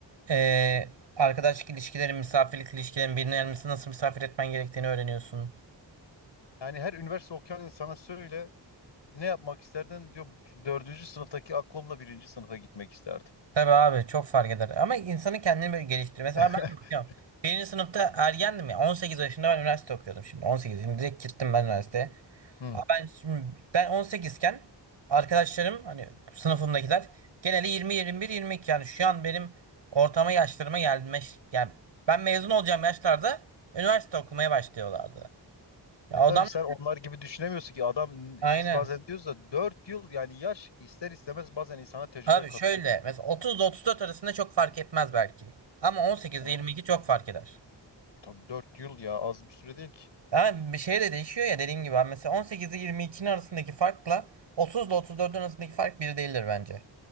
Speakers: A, on the right; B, on the left.
A: E, arkadaş ilişkilerin, misafirlik ilişkilerin, birini nasıl misafir etmen gerektiğini öğreniyorsun.
B: yani her üniversite okuyan insana söyle ne yapmak isterdin diyor. Dördüncü sınıftaki aklımla birinci sınıfa gitmek isterdim.
A: Tabii abi çok fark eder. Ama insanın kendini böyle geliştirir. Mesela
B: <laughs>
A: ben de bakıyorum. Birinci sınıfta ergendim ya. 18 yaşında ben üniversite okuyordum şimdi. 18. Şimdi direkt gittim ben üniversiteye.
B: Hı.
A: Ama ben şimdi ben 18 iken arkadaşlarım hani sınıfımdakiler geneli yirmi yirmi bir yirmi iki yani şu an benim ortama yaşlarıma gelmiş. Yani ben mezun olacağım yaşlarda üniversite okumaya başlıyorlardı. Ya
B: E
A: adamlar
B: tabii sen onlar gibi düşünemiyorsun ki adam biz
A: aynen.
B: bazen diyoruz da 4 yıl yani yaş ister istemez bazen insana tecrübe
A: Abi
B: katıyor.
A: şöyle mesela 30 ile 34 arasında çok fark etmez belki. Ama 18
B: Tamam.
A: ile 22 çok fark eder.
B: Tabii 4 yıl ya az bir süre değil ki.
A: Ama bir şey de değişiyor ya dediğin gibi. abi. Mesela 18 ile 22'nin arasındaki farkla 30 ile 34'ün arasındaki fark bir değildir bence.